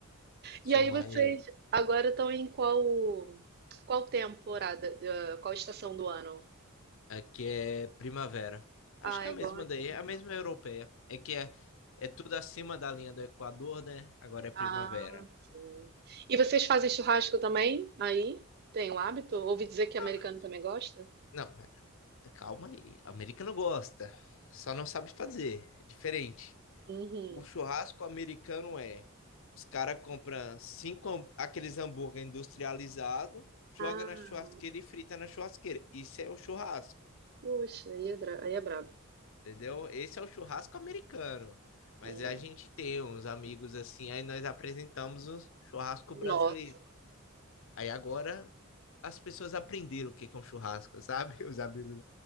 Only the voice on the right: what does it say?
E aí
vocês agora estão em qual qual temporada, eh, qual estação do ano?
Ah,
é
igual aqui
então.
Ah, sim. E vocês fazem churrasco também? Aí? Tem o hábito? Ouvi dizer que americano
também gosta?
Uhum.
Ah,
puxa, aí é, dra- aí é brabo.
Hum.
Nossa.